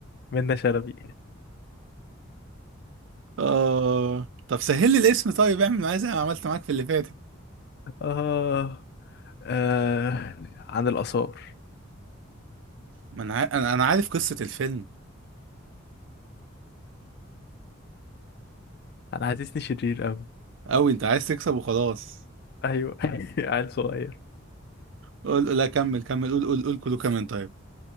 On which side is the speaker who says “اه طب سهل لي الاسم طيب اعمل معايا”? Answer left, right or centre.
Right